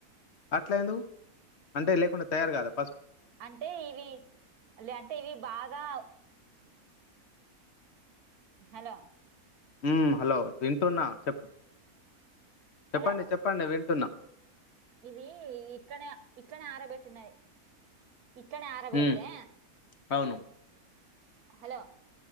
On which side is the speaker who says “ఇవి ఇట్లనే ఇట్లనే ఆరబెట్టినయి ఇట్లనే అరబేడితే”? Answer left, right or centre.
Right